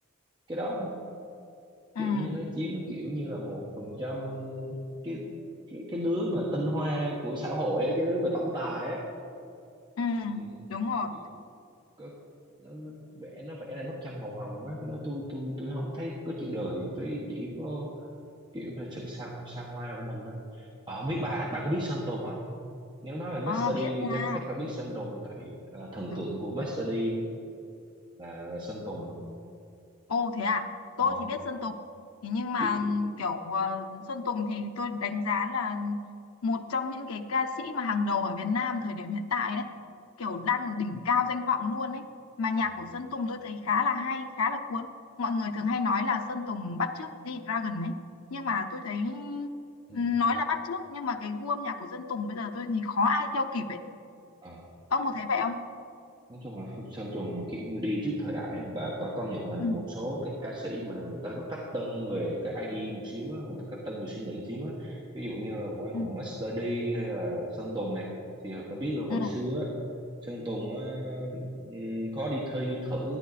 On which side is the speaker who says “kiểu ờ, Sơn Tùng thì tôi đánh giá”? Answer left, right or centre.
Left